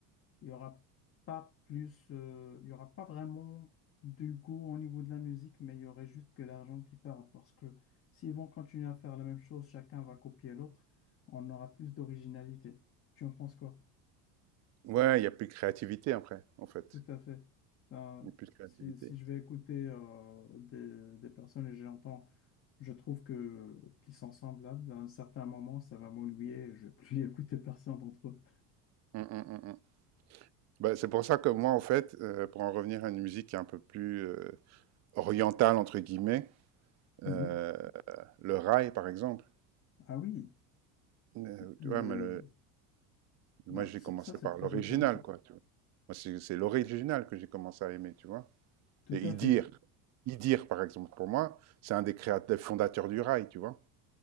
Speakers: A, on the left; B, on the right.
A: il y aura pas plus, euh, il y aura pas vraiment de goût au niveau de la musique, mais il y aurait juste que l'argent qui parle. Parce que s'ils vont continuer à faire la même chose, chacun va copier l'autre, on aura plus d'originalité. Tu en penses quoi?
B: Ouais, il y a plus de créativité après, en fait.
A: Tout à fait. Ben,
B: Il y a plus de créativité.
A: si, si je vais écouter euh, des, des personnes et j'entends, je trouve que qu'ils sont semblables, à un certain moment, ça va m'ennuyer et je vais plus <laughs> écouter personne d'entre eux.
B: Mm, mm, mm, mm. Bah, c'est pour ça que moi, en fait, euh, pour en revenir à une musique qui est un peu plus euh, orientale, entre guillemets, euh,
A: Mhm.
B: le rail, par exemple,
A: Ah oui,
B: euh,
A: le...
B: tu vois, mais le- moi,
A: bah,
B: j'ai
A: ça,
B: commencé
A: ça, c'est
B: par
A: très
B: l'original,
A: intéressant.
B: quoi, tu vois. Moi, c'est c'est l'original que j'ai commencé à aimer, tu vois.
A: Tout
B: Et
A: à
B: Idir,
A: fait.
B: Idir, par exemple, pour moi, c'est un des créateurs, fondateurs du rail, tu vois.